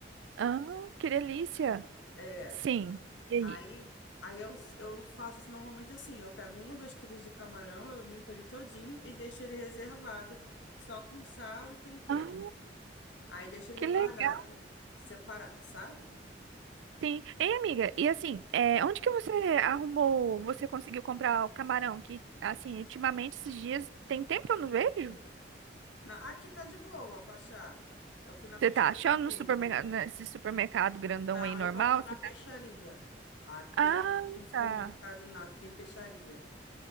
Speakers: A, on the right; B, on the left.
A: Ah, que delícia.
B: É,
A: Sim. E aí?
B: aí, aí eu, eu faço assim, normalmente assim, eu pego um ou dois quilos de camarão, eu limpo ele todinho e deixo ele reservado, só com sal e tempero.
A: Ah,
B: Aí deixo ele
A: que
B: guardado,
A: legal.
B: separado, sabe?
A: Sim. Ei, amiga, e assim, é, onde que você arrumou, você conseguiu comprar o camarão? Que, assim, ultimamente, esses dias, tem tempo que eu não vejo.
B: Na, aqui tá de boa, Pachá. Eu fui na peixaria
A: Você tá achando
B: mesmo.
A: no supermercado, nesse supermercado grandão
B: Não,
A: aí, normal?
B: eu compro na
A: Você
B: peixaria.
A: tá...
B: Aqui
A: Ah,
B: eu não compro no supermercado,
A: tá.
B: não. Aqui tem peixaria.